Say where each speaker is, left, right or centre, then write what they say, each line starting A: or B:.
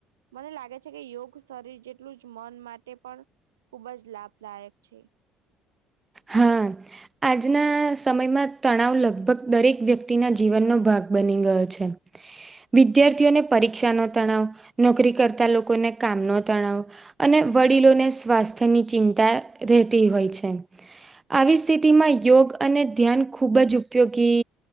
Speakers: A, on the right; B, on the right.
A: મને લાગે છે કે યોગ શરીર જેટલું જ મન માટે પણ ખુબ જ લાભદાયક છે.
B: હા. આજના સમયમાં તણાવ લગભગ દરેક વ્યક્તિના જીવનનો ભાગ બની ગયો છે. વિદ્યાર્થીઓને પરીક્ષા નો તણાવ નોકરી કરતા લોકોને કામ નો તણાવ. અને વડીલોને સ્વાસ્થ્યની ચિંતા રહેતી હોય છે. આવી સ્થિતિમાં યોગ અને ધ્યાન ખૂબ જ ઉપયોગી